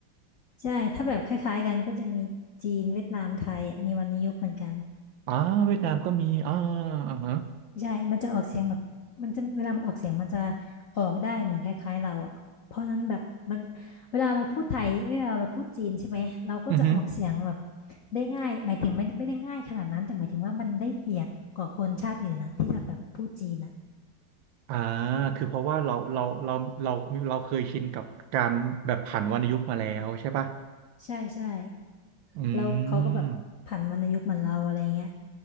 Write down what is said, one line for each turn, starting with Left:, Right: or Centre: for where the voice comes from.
Left: ใช่ถ้าแบบคล้ายๆกันก็จะมีจีนเวียดนามไทยอะมีวรรณยุกต์เหมือนกัน
Right: อ่าเวียดนามก็มีอ่าอ่าฮะ
Left: ใช่มันจะออกเสียงแบบมันจะเวลามันออกเสียงมันจะออกได้เหมือนคล้ายๆเราอ่ะเพราะนั้นแบบมันเวลาเราพูดไทยเออเราพูดจีนใช่ไหมเราก็จะออกเสียงแบบ
Right: อือฮึ
Left: ได้ง่ายหมายถึงไม่ไม่ได้ง่ายขนาดนั้น แต่หมายถึงว่ามันได้เปรียบกว่าคนชาติอื่นนะที่จะแบบพูดจีนนะ
Right: อ่าคือเพราะว่าเราเราเราเราเราเคยชินกับการแบบผันวรรณยุกต์มาแล้วใช่ป่ะ
Left: ใช่ใช่
Right: อื
Left: แล้วเขาก็แบบผันวรรณยุกต์เหมือนเราอะไรเงี้ย
Right: ม